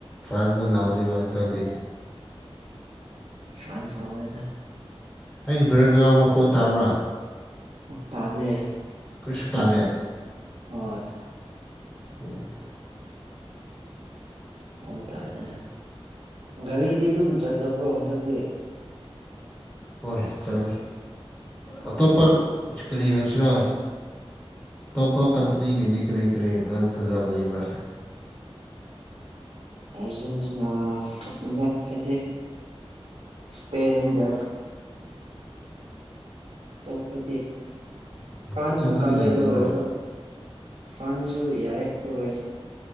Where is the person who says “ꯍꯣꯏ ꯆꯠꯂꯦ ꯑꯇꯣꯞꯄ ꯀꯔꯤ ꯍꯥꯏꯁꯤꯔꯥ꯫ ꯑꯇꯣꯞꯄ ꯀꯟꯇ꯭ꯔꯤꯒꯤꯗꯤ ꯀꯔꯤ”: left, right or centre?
Left